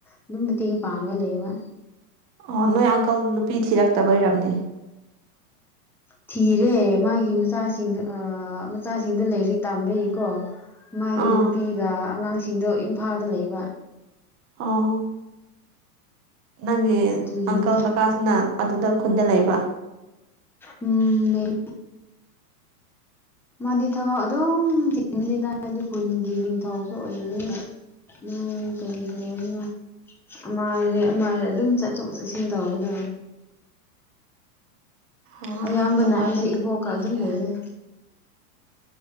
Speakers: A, in the centre; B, on the right.
A: ꯑꯗꯨꯝ ꯃꯇꯦꯡ ꯄꯥꯡꯒ ꯂꯩꯕ꯫
B: ꯑꯣ ꯅꯣꯏ ꯑꯪꯀꯜ ꯅꯨꯄꯤ ꯊꯤꯔꯛꯇꯕ ꯑꯣꯏꯔꯝꯅꯤ꯫ <inaudible>
A: ꯊꯤꯔꯦ ꯃꯥꯒꯤ ꯃꯆꯥꯁꯤꯡꯗ ꯃꯆꯥꯁꯤꯡꯗ ꯂꯥꯏꯔꯤꯛ ꯇꯝꯕꯩꯒꯤꯀꯣ ꯃꯥꯒꯤ
B: ꯑꯥ
A: ꯅꯨꯄꯤꯒ ꯑꯉꯥꯡꯁꯤꯡꯗꯣ ꯏꯝꯐꯥꯜꯗ ꯂꯩꯕ
B: ꯑꯣ ꯅꯪꯒꯤ
A: ꯑꯗꯨꯒꯤꯅꯤꯗ
B: ꯑꯪꯀꯜ ꯀꯀꯥꯁꯤꯅ ꯑꯗꯨꯗ ꯈꯨꯟꯗ ꯂꯩꯕ
A: ꯎꯝ ꯂꯩ꯫ ꯃꯥꯗꯤ ꯊꯕꯛ ꯑꯗꯨꯝ ꯆꯤꯡꯅꯤꯗꯤ ꯈꯨꯟꯒꯤ ꯅꯤꯡꯊꯧꯁꯨ ꯑꯣꯏꯕꯅꯤ ꯎꯝ ꯀꯔꯤ ꯀꯔꯤꯅꯣ ꯑꯃꯥꯏꯔꯦ ꯑꯃꯥꯏꯔꯦ ꯑꯗꯨꯝ ꯆꯠꯊꯣꯛ ꯆꯠꯁꯤꯟ ꯇꯧꯕꯧꯕꯗ
B: ꯑꯥ
A: ꯑꯌꯥꯝꯕꯅ
B: ꯅꯨꯡꯉꯥꯏꯔꯦꯅꯦ
A: ꯑꯩꯁꯦ ꯏꯕꯣꯛꯀ
B: ꯅꯨꯄꯤꯁꯤꯡꯁꯦ
A: ꯑꯗꯨꯝ ꯂꯩꯌꯦ꯫